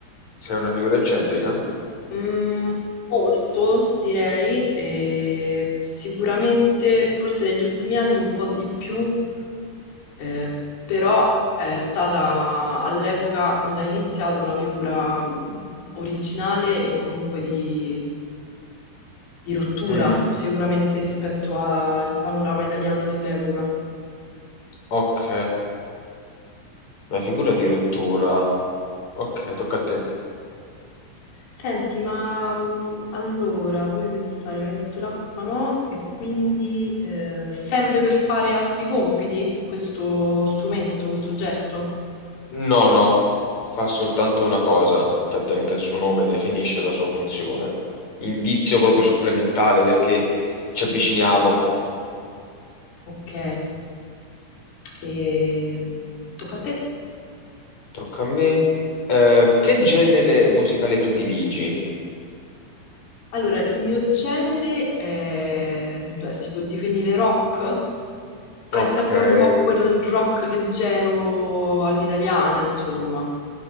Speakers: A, on the left; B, on the left.
A: Sei una figura eccentrica?
B: Mm, molto, direi, e sicuramente, forse negli ultimi anni un po' di più, eh, però è stata all'epoca, quando ha iniziato, una figura mm, originale e comunque di di rottura,
A: Mm,
B: sicuramente rispetto al panorama italiano dell'epoca.
A: ok, una figura di rottura. Ok, tocca a te.
B: Senti, ma mm, allora fammi pensare, mi hai detto l'acqua no, e quindi eh, serve per fare altri compiti questo strumento, questo oggetto?
A: No, no, fa soltanto una cosa, infatti anche il suo nome definisce la sua funzione. Indizio proprio supplementare perché ci avviciniamo.
B: Ok, e, mm, tocca a te.
A: Tocca a me. Eh, che genere musicale prediligi?
B: Allora, il mio genere è, beh, si può definire rock, però
A: Ok,
B: è sempre
A: Eh,
B: un po' quel rock leggero all'italiana, insomma.